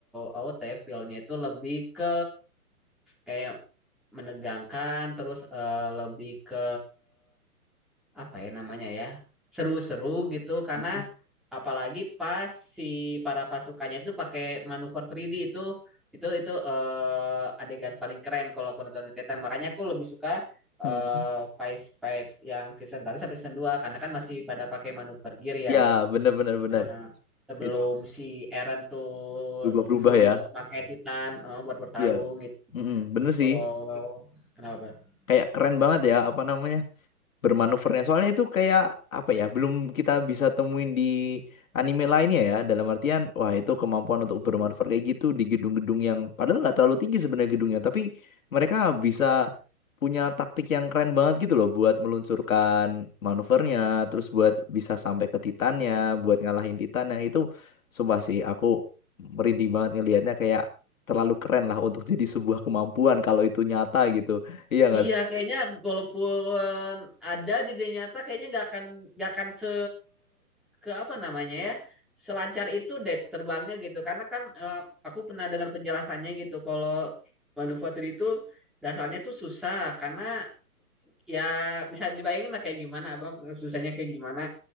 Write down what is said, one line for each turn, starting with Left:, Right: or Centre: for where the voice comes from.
Centre: AOT feel-nya itu lebih ke kayak menegangkan, terus eh, lebih ke apa ya namanya ya seru-seru gitu karena
Left: Mhm.
Centre: apalagi pas si para pasukannya itu pakai manuver 3D itu itu itu eh, adegan paling keren kalau aku nonton Attack on Titan makanya aku lebih suka
Left: Mm.
Centre: eh Vice Vibes yang season satu sampai season 2 karena kan masih pada pakai manuver gear ya
Left: Ya, bener bener bener.
Centre: Nah, sebelum
Left: Itu
Centre: si Eren tuh
Left: berubah-berubah
Centre: full
Left: ya.
Centre: pakai Titan eh, buat bertarung
Left: Iya.
Centre: gitu
Left: Mm-mm, Bener
Centre: kalau
Left: sih.
Centre: kenapa Pak?
Left: Kayak keren banget ya, apa namanya? bermanuvernya. Soalnya itu kayak apa ya, belum kita bisa temuin di anime lainnya ya. Dalam artian, wah itu kemampuan untuk bermanuver kayak gitu di gedung-gedung yang padahal nggak terlalu tinggi sebenarnya gedungnya, tapi mereka bisa punya taktik yang keren banget gitu loh buat meluncurkan manuvernya, terus buat bisa sampai ke Titannya, buat ngalahin Titannya itu sumpah sih aku merinding banget ngelihatnya kayak terlalu keren lah untuk jadi sebuah kemampuan kalau itu nyata gitu. Iya nggak
Centre: Iya,
Left: sih?
Centre: kayaknya walaupun ada di dunia nyata, kayaknya nggak akan nggak akan se ke apa namanya ya selancar itu deh terbangnya gitu. Karena kan eh, aku pernah dengar penjelasannya gitu. Kalau manufaktur itu dasarnya tuh susah karena ya bisa dibayangin lah kayak gimana abang susahnya kayak gimana.